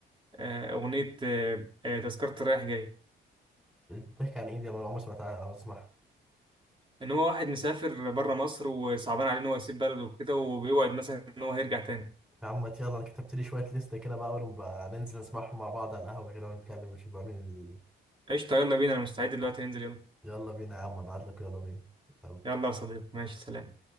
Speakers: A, on the right (about 25°); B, in the centre.
A: آه، أغنية آه، آه، تذكرة رايح جاي
B: بتحكي عن ايه دي انا عمري ما سمعتها او اسمعها
A: إن هو واحد مسافر بره مصر وصعبان عليه إن هو يسيب بلده وكده وبيوعد مثلا إن هو هيرجع تاني
B: يا عم يلا انا كتبت لي شويه ليست كده بقى ونبقى ننزل نسمعهم مع بعض على القهوه كده ونتكلم ونشوف بقى مين
A: قشطة يلا بينا أنا مستعد دلوقتي ننزل يلا
B: يلا بينا يا عم ابعت لك يلا بينا يلا.
A: يلا يا صديقي ماشي سلام